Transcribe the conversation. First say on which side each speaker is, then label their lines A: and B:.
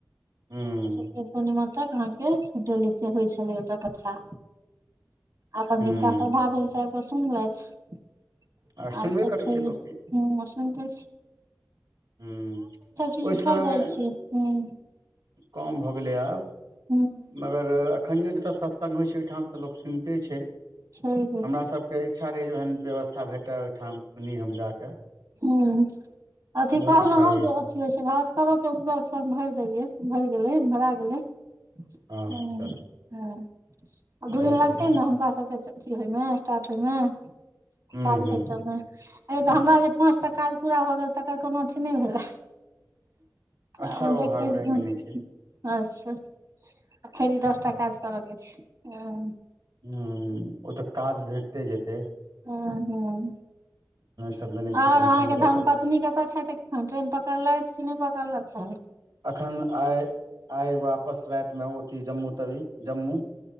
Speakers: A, on the right; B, on the right.
A: हुं
B: श पूर्णिमा तक अह केडल के होइ छलै ओत कथा अपन
A: हुं
B: जिनका श्रधा भेल सब त सुनल <unintelligible>
A: आर सुनबे
B: आब त
A: करै
B: छै
A: लोकके
B: ह सुनते
A: ह्म्म,
B: चीज
A: ओहि
B: उठल
A: समयमे
B: जाइ छै हूँ
A: कम भऽ गेलै आब।
B: हूँ
A: मगर अखनियो जतय सत्स्ग होइ छै, ओहिठाम तऽ लोक सुनिते छै।
B: <unintelligible>
A: हमरा सबके के इच्छा रहय जे ओहन व्यवथा भेटे ओहिठाम सुनी हम जाके।
B: ह्म्म अथी
A: बहुत
B: कहलहों
A: इच्छा रहैये
B: जे होइ छै भास्करो के गूगल फोर्म भरि देलियै भरि गेलै भरा गेलै।
A: हँ
B: हुं हुं
A: तब
B: आ दू
A: बहुत
B: दिन लगतै
A: बढ़ियां
B: ने हुनका सभके अथी होयमे स्टार्ट होयमे?
A: हुं
B: कालाज
A: हुं
B: फटमे <unintelligible> तऽ हमरा जे पाँच टा काज पूरा भऽ गेल त का कोनो अथी नहि भेलय।
A: अच्छा
B: ओ
A: हड़बड़ाय के नहि छै
B: <unintelligible> अच्छा, फेर ई दस टा काज करयके छै? हाँ
A: ह्म्म, ओ तऽ काज भेटते जेतै।
B: हँ हँ
A: सब ले नहि
B: आओर
A: छै टेंशन
B: अहाँके
A: लेकिन
B: धर्म
A: ओकर
B: पत्नी कतऽ छथि अखन ट्रेन पकड़लथि कि नहि पकड़लथि हन?
A: एखन आइ आइ वापस रातिमे ओती जम्मू तवी जम्मू।